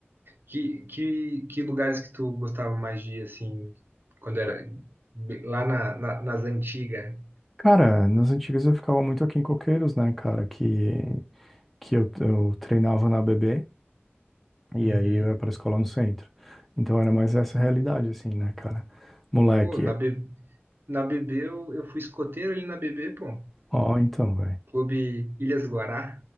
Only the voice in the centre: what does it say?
Cara, nas antigas eu ficava muito aqui em Coqueiros, né, cara, que, que eu, eu treinava na ABB e
aí eu ia pra escola no centro. Então era mais essa realidade, assim, né, cara. Moleque,
ó, então, velho.